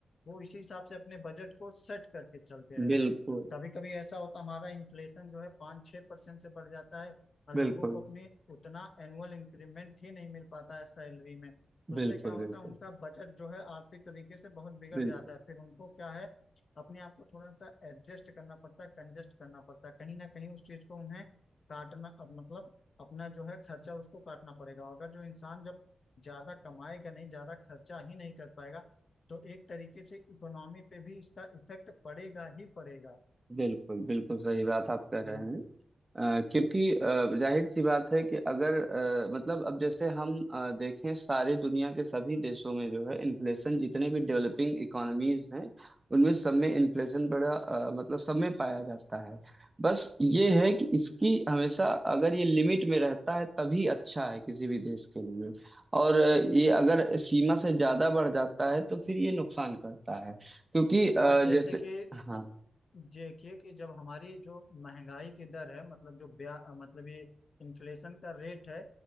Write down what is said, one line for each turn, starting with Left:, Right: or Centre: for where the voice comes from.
Left: वो इसी हिसाब से अपने बजट को सेट करके चलते रहते
Right: बिल्कुल
Left: हैं कभी कभी ऐसा होता हमारा इन्फ्लेशन जो है पाँच छः परसेंट से बढ़ जाता है और
Right: बिल्कुल
Left: लोगों को अपने उतना एनुअल इंक्रीमेंट ही नहीं मिल पाता है सैलरी में तो उससे
Right: बिल्कुल
Left: क्या होता
Right: बिल्कुल
Left: है उनका बजट जो है आर्थिक तरीके से बहुत बिगड़
Right: बिल्कुल
Left: जाता है फिर उनको क्या है अपने आप को थोड़ा सा एडजस्ट करना पड़ता है कंजस्ट करना पड़ता है कहीं ना कहीं उस चीज को उन्हें काटना अब मतलब अपना जो है खर्चा उसको काटना पड़ेगा और अगर जो इंसान जब ज्यादा कमाएगा नहीं ज्यादा खर्चा ही नहीं कर पाएगा तो एक तरीके से इकोनॉमी पे भी इसका इफेक्ट पड़ेगा ही पड़ेगा
Right: बिल्कुल बिल्कुल सही बात आप कह रहे
Left: हम्म,
Right: हैं अ, क्योंकि अ, जाहिर सी बात है कि अगर अ, मतलब अब जैसे हम अ, देखें सारी दुनिया के सभी देशों में जो है इन्फ्लेशन जितने भी डेवलपिंग इकोनॉमीज हैं उनमें सब में इन्फ्लेशन बड़ा अ, मतलब सब में पाया जाता है बस ये है कि इसकी हमेशा अगर ये लिमिट में रहता है तभी अच्छा है किसी भी देश के लिए और अ, ये अगर सीमा से ज्यादा बढ़ जाता है तो फिर ये नुकसान करता है क्योंकि अ,
Left: हाँ जैसे
Right: जैसे
Left: कि
Right: हाँ
Left: देखिए कि जब हमारी जो महंगाई की दर है मतलब जो ब्या मतलब ये इन्फ्लेशन का रेट है